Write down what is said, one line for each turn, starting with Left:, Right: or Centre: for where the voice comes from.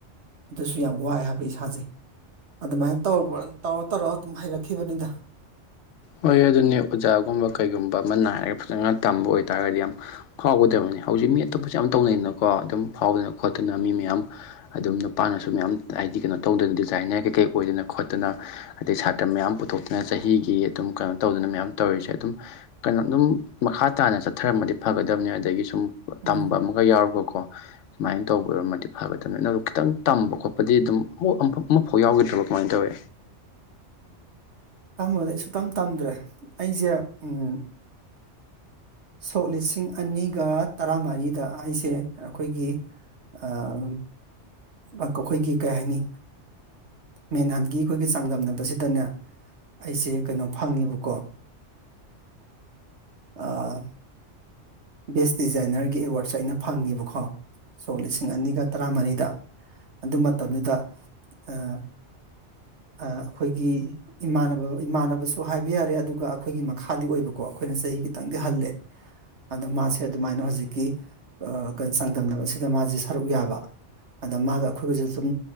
Right: ꯑꯗꯨꯁꯨ ꯌꯥꯝ ꯋꯥꯏ ꯍꯥꯏꯕ ꯏꯁꯥꯖꯦ ꯑꯗꯨꯃꯥꯏꯅ ꯇꯧꯕ ꯇꯧꯔ ꯇꯧꯔ ꯑꯗꯨꯝ ꯍꯩꯔꯛꯈꯤꯕꯅꯤꯗ
Left: ꯍꯣꯏ ꯑꯗꯨꯅꯤ ꯑꯣꯖꯥꯒꯨꯝꯕ ꯀꯩꯒꯨꯝꯕ ꯑꯃ ꯅꯥꯏꯔꯒ ꯐꯖꯅ ꯇꯝꯕ ꯑꯣꯏꯇꯥꯔꯒꯗꯤ ꯌꯥꯝ ꯐꯥꯎꯒꯗꯕꯅꯤ ꯍꯧꯖꯤꯛ ꯃꯤ ꯑꯇꯣꯞꯄꯁꯨ ꯌꯥꯝ ꯇꯧꯅꯩꯗꯅꯀꯣ ꯑꯗꯨꯝ ꯐꯥꯎꯗꯅ ꯈꯣꯠꯇꯅ ꯃꯤ ꯃꯌꯥꯝ ꯑꯗꯨꯝ ꯅꯨꯄꯥꯅꯁꯨ ꯃꯌꯥꯝ ꯍꯥꯏꯗꯤ ꯀꯩꯅꯣ ꯇꯧꯗꯅ ꯗꯤꯖꯥꯏꯅꯔ ꯀꯩꯀꯩ ꯑꯣꯏꯗꯅ ꯈꯣꯠꯇꯅ ꯑꯗꯩ ꯁꯥꯇ꯭ꯔ ꯃꯌꯥꯝ ꯄꯨꯊꯣꯛꯇꯅ ꯆꯍꯤꯒꯤ ꯑꯗꯨꯝ ꯀꯩꯅꯣ ꯇꯧꯗꯅ ꯃꯌꯥꯝ ꯇꯧꯔꯤꯁꯦ ꯑꯗꯨꯝ ꯀꯩꯅꯣ ꯑꯗꯨꯝ ꯃꯈꯥ ꯇꯥꯅ ꯆꯠꯊꯔꯝꯃꯗꯤ ꯐꯒꯗꯕꯅꯤ ꯑꯗꯒꯤ ꯁꯨꯝ
Right: ꯎꯝ
Left: ꯇꯝꯕ ꯑꯃꯒ ꯌꯥꯎꯔꯒꯀꯣ ꯁꯨꯃꯥꯏꯅ ꯇꯧꯕ ꯑꯣꯢꯔꯃꯗꯤ ꯐꯒꯗꯕꯅꯦ ꯅꯪꯗꯣ ꯈꯤꯇꯪ ꯇꯝꯕ ꯈꯣꯠꯄꯗꯤ ꯑꯗꯨꯝ ꯑꯃꯐꯥꯎ ꯌꯥꯎꯈꯤꯗ꯭ꯔꯕ ꯀꯃꯥꯏꯅ ꯇꯧꯢ
Right: <inaudible> ꯇꯝꯕꯗꯤ ꯑꯩ ꯁꯨꯛꯇꯝ ꯇꯝꯗ꯭ꯔꯦ ꯑꯩꯖꯦ ꯎꯝ ꯁꯣꯛ ꯂꯤꯁꯤꯡ ꯑꯅꯤꯒ ꯇꯔꯥꯃꯔꯤꯗ ꯑꯩꯁꯦ ꯑꯩꯈꯣꯏꯒꯤ ꯑꯥ ꯑꯩꯈꯣꯏꯒꯤ ꯀꯩ ꯍꯥꯏꯅꯤ ꯃꯦꯟꯍꯟꯒꯤ ꯑꯩꯈꯣꯏꯒꯤ ꯆꯥꯡꯗꯝꯅꯕꯁꯤꯗꯅꯦ ꯑꯩꯁꯦ ꯀꯩꯅꯣ ꯐꯪꯉꯦꯕꯀꯣ ꯑꯥ ꯕꯦꯁ ꯗꯤꯖꯥꯏꯅꯔꯒꯤ ꯑꯦꯋꯥꯔꯠꯁꯦ ꯑꯩꯅ ꯐꯪꯉꯦꯕꯀꯣ ꯁꯣꯛ ꯂꯤꯁꯤꯡ ꯑꯅꯤꯒ ꯇꯔꯥꯃꯔꯤꯗ ꯑꯗꯨ ꯃꯇꯝꯗꯨꯗ ꯑꯥ ꯑꯥ ꯑꯩꯈꯣꯏꯒꯤ ꯏꯃꯥꯟꯅꯕ ꯏꯃꯥꯟꯅꯕꯁꯨ ꯍꯥꯏꯕ ꯌꯥꯔꯦ ꯑꯗꯨꯒ ꯑꯈꯣꯏꯒꯤ ꯃꯈꯥꯗꯤ ꯑꯣꯏꯕꯀꯣ ꯑꯩꯈꯣꯏꯅ ꯆꯍꯤ ꯈꯤꯇꯪꯗꯤ ꯍꯜꯂꯦ ꯑꯗꯣ ꯃꯥꯁꯦ ꯑꯗꯨꯃꯥꯏꯅ ꯍꯧꯖꯤꯛꯀꯤ ꯑꯥ ꯆꯥꯡꯗꯝꯅꯕꯁꯤꯗ ꯃꯥꯁꯦ ꯁꯔꯨꯛ ꯌꯥꯕ ꯑꯗ ꯃꯥꯒ ꯑꯩꯈꯣꯏꯒꯁꯨ ꯁꯨꯝ